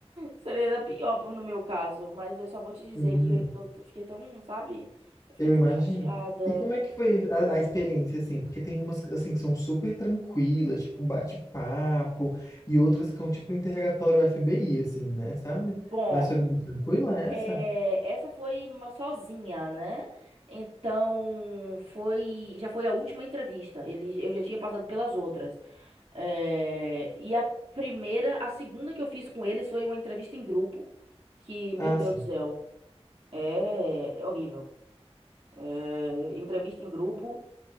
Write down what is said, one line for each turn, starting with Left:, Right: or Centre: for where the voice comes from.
Right: Seria ainda pior pro- no meu caso, mas eu só vou te dizer
Left: Sim,
Right: que eu t- fiquei tão, sabe? Eu fiquei
Left: eu
Right: tão
Left: imagino.
Right: chateada.
Left: E como é que foi a, a experiência, assim? Porque tem umas, assim, que são super tranquilas, tipo um bate-papo, e outras que são tipo interrogatório FBI, assim, né, sabe?
Right: Bom,
Left: Mas foi muito tranquila essa?
Right: é, essa foi uma sozinha, né? Então foi, já foi a última entrevista. Ele, eu já tinha passado pelas outras. É, e a primeira, a segunda que eu fiz com eles foi uma entrevista em grupo, que, meu
Left: Ah,
Right: Deus
Left: sim.
Right: do céu, é, é horrível. É, entrevista em grupo,